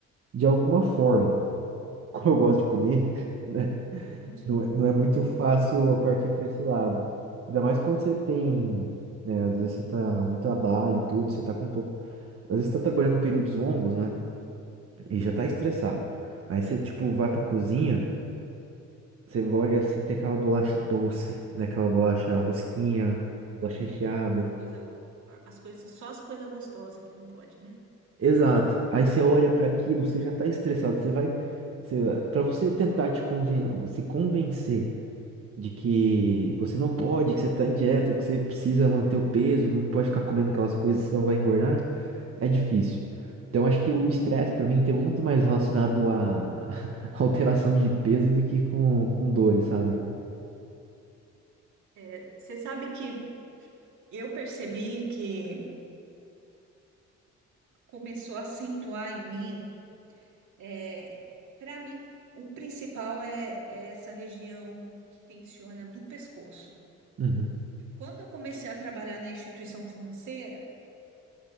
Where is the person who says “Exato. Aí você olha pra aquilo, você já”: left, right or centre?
Right